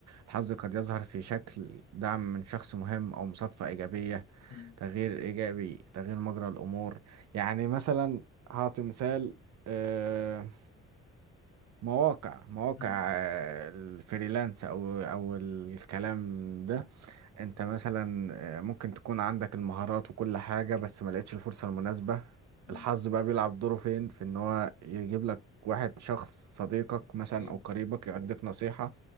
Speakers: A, on the right; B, on the left.
A: الحظ قد يظهر في شكل دعم من شخص مهم او مصادفة ايجابية
B: مم.
A: تغيير ايجابي تغيير مجرى الامور يعني مثلا هعطي مثال آه، مواقع مواقع
B: مم.
A: آه، الفريلانس او او الكلام ده انت مثلا آه، ممكن تكون عندك المهارات وكل حاجة بس ما لقيتش الفرصة المناسبة
B: مم.
A: الحظ بقى بيلعب دوره فين في ان هو يجيب لك واحد شخص صديقك مثلا
B: أيوه
A: او قريبك يعطيك نصيحة